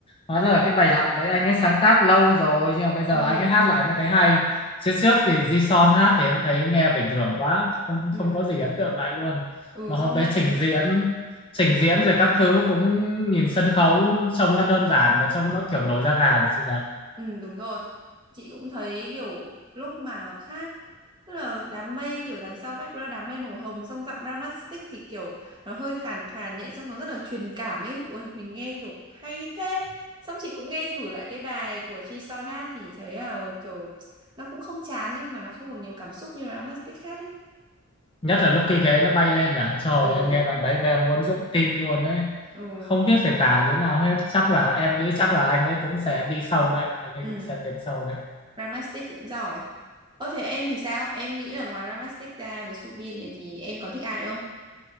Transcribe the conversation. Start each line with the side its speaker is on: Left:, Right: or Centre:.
Left: Hóa ra là cái bài lặng đấy anh ấy sáng tác lâu rồi nhưng mà bây giờ
Right: ừ
Left: anh ấy hát lại mới thấy hay. trước trước thì Jison hát thì em thấy nghe bình thường quá, không
Right: ừ
Left: không có gì ấn tượng lại luôn.
Right: ừ
Left: Mà hôm
Right: công
Left: đấy
Right: nhận
Left: trình diễn trình diễn rồi các thứ cũng nhìn sân khấu trông nó đơn giản mà trông nó kiểu nổi da gà nhỉ chị nhỉ?
Right: Ừ đúng rồi Chị cũng thấy kiểu lúc mà hát Tức là đám mây kiểu đằng sau background đám mây màu hồng Xong giọng Ramastic thì kiểu Nó hơi khàn khàn nhẹ Xong nó rất là truyền cảm ấy Ôi mình nghe kiểu hay thế Xong chị cũng nghe thử lại cái bài của Jisoo hát Thì thấy là kiểu Nó cũng không chán nhưng mà nó không còn nhiều cảm xúc Như là Ramastic hát ấy
Left: nhất là lúc cái ghế nó bay lên nhỉ trời ơi,
Right: Ừ
Left: em nghe đoạn đấy mà em muốn dũng tim luôn đấy
Right: ừ
Left: không biết phải tả như thế nào hết chắc là em nghĩ chắc là anh ấy cũng sẽ đi sâu đấy anh ấy
Right: ừ
Left: cũng sẽ tiến sâu đấy
Right: Ramastic cũng giỏi Ơ thế em thì sao? Em nghĩ là ngoài Ramastic ra với Subin này thì em còn thích ai nữa không?